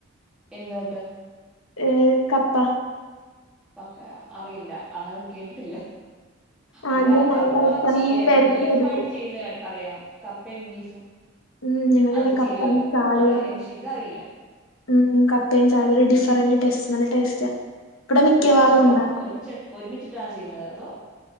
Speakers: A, in the centre; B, on the left.
A: എന്തോ ഇട്ട്
B: ഏഹ് കപ്പ
A: കപ്പെ അറിയില്ല അങ്ങനെ കേട്ടിട്ടില്ല
B: ആ
A: അല്ലാതെ
B: അയ്യോ നല്ല
A: കപ്പച്ചി
B: ടേസ്റ്റാ മീൻ
A: യേ
B: പെരട്ടി
A: ബീഫു
B: എടുക്കും
A: ആയിട്ട് ചെയ്യുന്നത് കണ്ട് അറിയാം കപ്പേം ബീഫും
B: ഉം ഞങ്ങളിവിടെ
A: അത്
B: കപ്പയും
A: ചെയ്യുവല്ലോ
B: ചാളയും
A: അതറിയാം പക്ഷെ ഇതറിയില്ല.
B: ഉം കപ്പയും ചാളീം ഒരു ഡിഫറന്റ് ടേസ്റ്റ് നല്ല ടേസ്റ്റാ ഇവിടെ മിക്കവാറും
A: ഒരുമിച്ചിട്ടാണോ
B: ഉണ്ടാക്കും.
A: ഒരുമിച്ച് ഒരുമിച്ചിട്ടാണോ ചെയ്യുന്നത് അതോ.